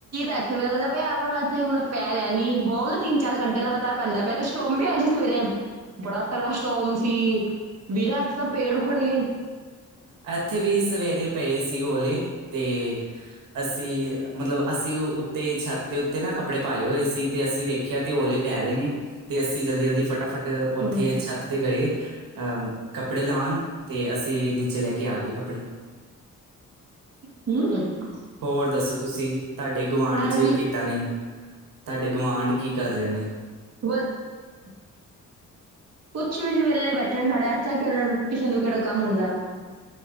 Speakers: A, on the right; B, on the right.
A: ਇੱਥੇ ਵੀ ਲੱਗਦਾ ਪਿਆ ਪਰ ਇੱਥੇ ਹੁਣ ਪੈ ਰਿਹਾ ਮੀਂਹ। ਹੋ ਗਏ ਤਿੰਨ-ਚਾਰ ਘੰਟੇ ਲਗਾਤਾਰ ਪੈਂਦਾ ਪਿਆ ਤੇ ਸਟ੍ਰੋਮ ਵੀ ਆਏ ਸੀ ਸਵੇਰੇ। ਬੜਾ ਤਗੜਾ ਸਟ੍ਰੋਮ ਸੀ। ਵੀਰਾ ਇੱਥੇ ਤਾਂ ਪੇੜ ਉਖੜ ਗਏ।
B: ਐਥੇ ਵੀ ਸਵੇਰੇ ਪਏ ਸੀ। <unintelligible> ਓਲੇ ਤੇ ਅਸੀਂ, ਮਤਲਬ ਅਸੀਂ ਤੇ ਛੱਤ ਦੇ ਉੱਤੇ ਨਾ ਕੱਪੜੇ ਪਾਏ ਹੋਏ ਸੀ ਤੇ ਅਸੀਂ ਵੇਖਯਾ ਕੇ ਓਲੇ ਪੈ ਰਹੇ ਨੇ। ਤੇ ਅਸੀਂ ਜਲਦੀ-ਜਲਦੀ ਫਟਾਫਟ <unintelligible> ਉੱਥੇ
A: ਹਮ
B: ਛੱਤ ਤੇ ਗਏ। ਅ ਕੱਪੜੇ ਲਾਣ ਤੇ ਅਸੀਂ ਨੀਚੇ ਲੈ ਕੇ ਆ ਗਏ ਕੱਪੜੇ।
A: <unintelligible>
B: ਹੋਰ ਦੱਸੋ ਤੁਸੀਂ? ਤੁਹਾਡੇ ਗੁਆਂਢ 'ਚ
A: ਵੀ
B: ਕਿਦਾ ਨੇ ਤੁਹਾਡੇ ਗਵਾਂਡ ਕੀ ਕਰ ਰਹੇ ਨੇ?
A: <unintelligible> ਕੁੱਛ ਵੀ ਨੀ ਵੇ ਵੇਲੇ ਬੈਠੇ ਸਾਡੇ ਇੱਥੇ <unintelligible> ਕੇੜਾ ਕਿਸੇ ਨੂੰ ਕੇਹੜਾ ਕੰਮ ਹੁੰਦਾ